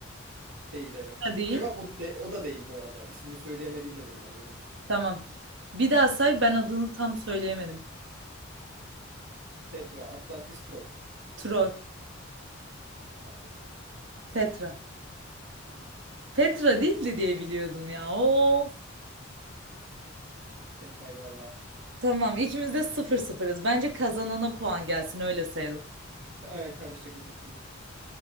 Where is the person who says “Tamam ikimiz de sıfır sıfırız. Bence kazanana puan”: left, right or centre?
Right